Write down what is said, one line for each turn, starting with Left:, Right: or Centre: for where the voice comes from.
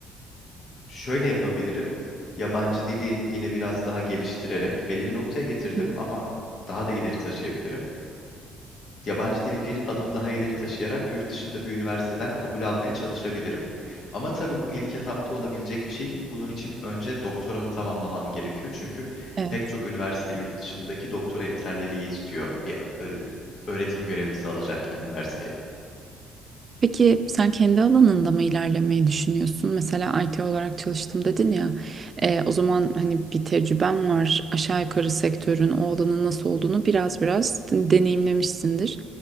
Left: Şöyle yapabilirim. Yabancı dili yine biraz daha geliştirerek belli bir noktaya getirdim
Right: hı.
Left: ama daha da ileri taşıyabilirim. Yabancı dili bir adım daha ileri taşıyarak yurt dışında bir üniversiteden kabul almaya çalışabilirim. Ama tabii bu ilk etapta olabilecek bir şey değil. Bunun için önce doktoramı tamamlamam gerekiyor. Çünkü
Right: Evet.
Left: pek çok üniversite yurt dışındaki doktora yeterliliği istiyor bir e, öğretim görevlisi alacakken üniversiteye.
Right: Peki sen kendi alanında mı ilerlemeyi düşünüyorsun? Mesela IT olarak çalıştım dedin ya. e, o zaman hani bir tecrüben var. Aşağı yukarı sektörün o alanın nasıl olduğunu biraz biraz de- deneyimlemişsindir.